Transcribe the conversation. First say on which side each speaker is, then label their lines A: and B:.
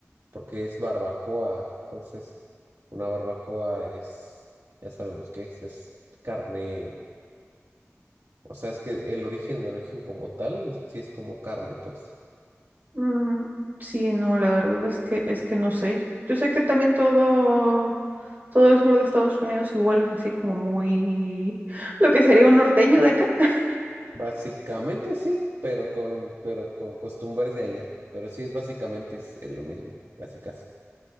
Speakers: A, on the right; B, on the right.
A: porque es barbacoa. Entonces, una barbacoa es, ya sabemos qué es, es carne. O sea, es que el origen, el origen como tal, sí es como carne, pues.
B: Mm, sí, no, la verdad es que es que no sé. Yo sé que también todo, todo el sur de Estados Unidos igual es así como muy <gasps> lo que sería un norteño de acá. <laughs>
A: Básicamente sí, pero con, pero con costumbres de allá. Pero sí es básicamente es, es lo mismo, casi casi.